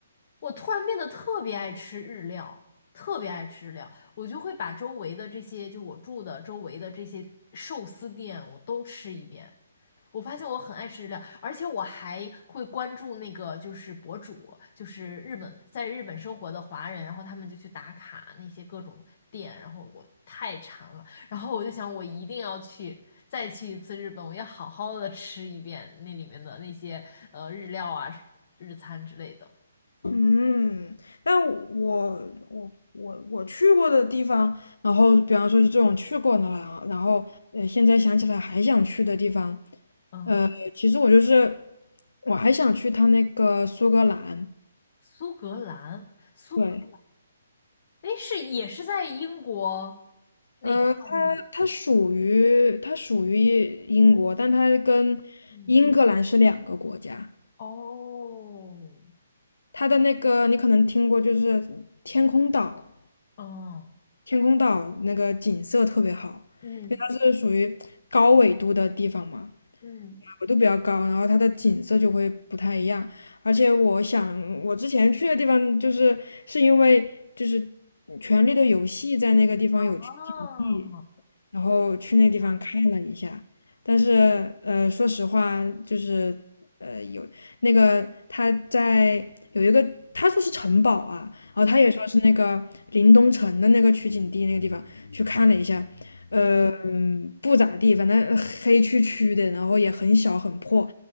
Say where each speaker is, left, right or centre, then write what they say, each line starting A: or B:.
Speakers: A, on the left (about 40°); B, on the left (about 70°).
A: 我突然变得特别爱吃日料，特别爱吃日料，我就会把周围的这些，就我住的周围的这些寿司店，我都吃一遍。我发现我很爱吃日料，而且我还会关注那个就是博主，就是日本在日本生活的华人，然后他们就去打卡那些各种店，然后我太馋了，然后我就想我一定要去再去一次日本，我要好好的吃一遍那里面的那些呃日料啊、日餐之类的。
B: 嗯，但我我我我去过的地方，然后比方说是这种去过的啊，然后呃，现在想起来还想去的地方，
A: 嗯，
B: 呃，其实我就是我还想去他那个苏格兰，
A: 苏格兰，苏格，
B: 对，
A: 哎是也是在英国那块儿吗？
B: 呃，它它属于它属于英国，但它跟英格兰是两个国家。
A: 嗯，哦，
B: 它的那个你可能听过，就是天空岛。
A: 嗯。
B: 天空岛那个景色特别好，
A: 嗯，
B: 因为它是属于高纬度的地方嘛，
A: 嗯，
B: 纬度比较高，然后它的景色就会不太一样。而且我想，我之前去的地方就是是因为就是《嗯权力的游戏》在那个地方有取景地，
A: 哦，
B: 然后去那地方看了一下，
A: 这样，
B: 但是呃，说实话，就是呃，有那个他在有一个他说是城堡啊，然后他也说是那个临冬城的那个取景地那个地方去看了一下，
A: 嗯
B: 呃嗯不咋地，
A: 嗯
B: 反正黑黢黢的，然后也很小很破，